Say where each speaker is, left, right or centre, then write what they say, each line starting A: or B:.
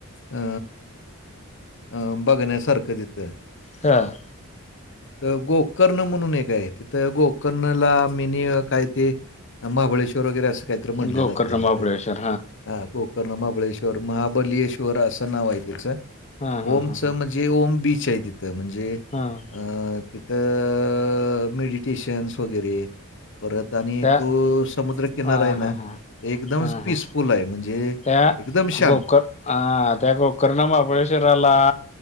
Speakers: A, on the left (about 60°); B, on the left (about 30°).
A: अ अ बघण्यासारखं तिथं.
B: हां.
A: <unintelligible> तर गोकर्ण म्हणून एक आहे, तिथं गोकर्णला मीनी काय ते महाबळेश्वर वगैरे असं काहीत म्हणलं
B: गोकर्ण
A: जातं तिथ,
B: महाबळेश्वर
A: हा कोकण महाबळेश्वर महाबश्वर असं नाव आहे तिचं
B: हा हा
A: ओमचं
B: हा
A: म्हणजे ओम बीच आहे तिथ तर म्हणजे
B: हम!
A: अ तिथं मेडिटेशन्स वगैरे, परत आणि
B: त्या
A: तो समुद्र किनारा
B: हा
A: आहे ना
B: हा हा
A: एकदम
B: हा
A: पीसफुल
B: हा
A: आहे म्हणजे
B: त्या
A: एकदम शांत.
B: गोकर हा त्या कोककर ना महाबळेश्वरला